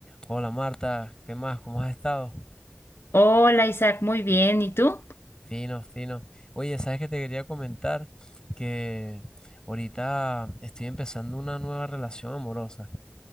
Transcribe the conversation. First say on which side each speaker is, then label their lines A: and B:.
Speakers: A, on the left (about 20°); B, on the left (about 75°).
A: Hola Marta, ¿qué más? ¿Cómo has estado?
B: Hola Isaac, muy bien. ¿Y tú?
A: Fino, fino. Oye, ¿sabes qué te quería comentar? Que ahorita estoy empezando una nueva relación amorosa.